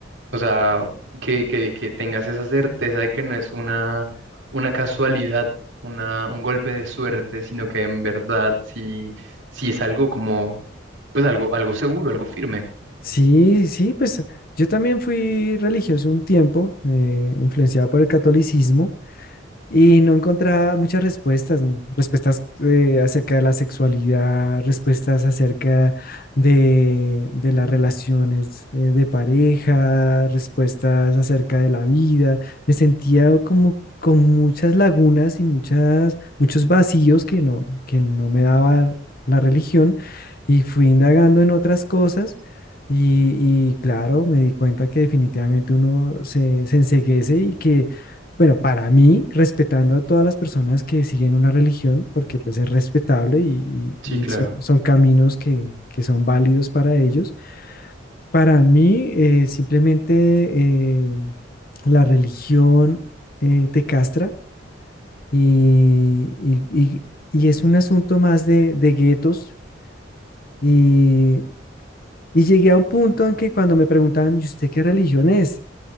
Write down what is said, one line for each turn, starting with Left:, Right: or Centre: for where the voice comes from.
Right: O sea, que, que, que tengas esa certeza de que no es una, una casualidad, una, un golpe de suerte, sino que en verdad sí, sí es algo como, pues algo, algo seguro, algo firme.
Left: Sí, sí, pues yo también fui religioso un tiempo, eh, influenciado por el catolicismo. Y no encontraba muchas respuestas, mm, respuestas eh, acerca de la sexualidad, respuestas acerca de, de las relaciones eh, de pareja, respuestas acerca de la vida. Me sentía como con muchas lagunas y muchas, muchos vacíos que no, que no me daba la religión y fui indagando en otras cosas. Y, y claro, me di cuenta que definitivamente uno se, se enceguece y que bueno, para mí, respetando a todas las personas que siguen una religión, porque pues es respetable y,
Right: Sí,
Left: y-
Right: claro.
Left: y son, son caminos que, que son válidos para ellos, para mí eh, simplemente eh, la religión eh, te castra y, y- y- y es un asunto más de, de guetos y, y llegué a un punto en que cuando me preguntaban, ¿y usted qué religión es?